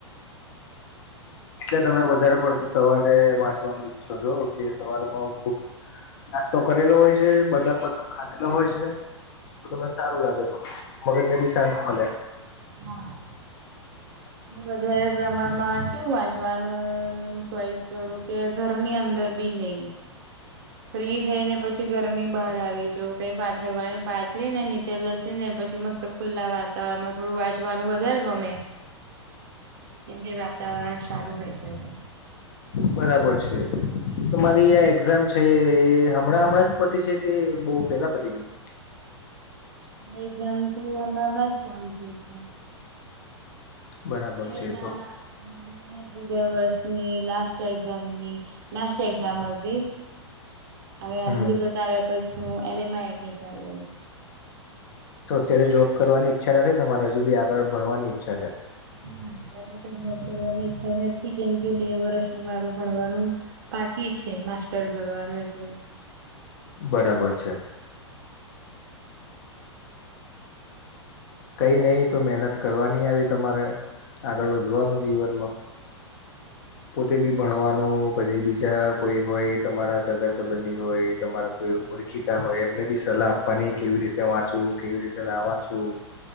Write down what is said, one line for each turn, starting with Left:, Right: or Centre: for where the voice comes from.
Left: એટલે તમે વધારે પડતું સવારે વાંચવાનું ઈચ્છો છો કે સવારમાં નાસ્તો કરેલો હોય છે બદામ બદામ ખાધેલો હોય છે. તમને સારું લાગે તો મગજને બી શાંત મળે.
Right: હા. વધારે પ્રમાણમાં કેવું વાંચવાનું ચોઈસ કરું કે ઘરની અંદર બી નહી. <inaudible> ફ્રી થઈ ને પછી ઘર ની બહાર આવી જાઉ કઈ પાથર વા પાથરી ને નીચે બેસી ને પછી મસ્ત. ખુલ્લા વાતારણ. થોડું વાંચવાનું વધારે ગમે કેમ કે વાતાવરણ સારું હોય જ.
Left: બરાબર છે તમારી આ એક્ઝામ છે હમણાં હમણાં. છે કે બહુ પહેલા પરી ગઈ.
Right: હ ગમ ત હમણાં હમણાં જ પડી જઈ છેું.
Left: બરાબર
Right: એના.
Left: છે તો
Right: હા બેીના ત્રીજા વર્ષની લસ્ટ એક્ઝામ ની લસ્ટ એક્ઝામ મ. હવે આનું
Left: હમ
Right: રિઝલ્ટ આવ્યા પછી હું એમ એમાં એડમિશન લઈશ.
Left: તો અત્યારે જોબ કરવાની ઈચ્છા નથી તમારે હજુ બી આગળ ભણવાની ઈચ્છા છે.
Right: ના ના તાર તો જોબ કરવાની ઈચ્છા નથી કેમ કે બે વર્ષ ન મારું ભણવાનું. બાકી છે માસ્ટર કરવાનું એટલે.
Left: બરાબર છે. કઈ નહી તો મહેનત કરવાની આવી તમારે આગળ વધવાનું જીવનમાં. પોતે બી ભણવાનું પછી બીજા કોઈ હોય તમારા સગા સંબંધી હોય. તમારા કોઈ ઓળખીતા હોય એમને બી સલાહ આપવાની કેવી રીતે વાંચું કેવી રીતે ના વાંચું.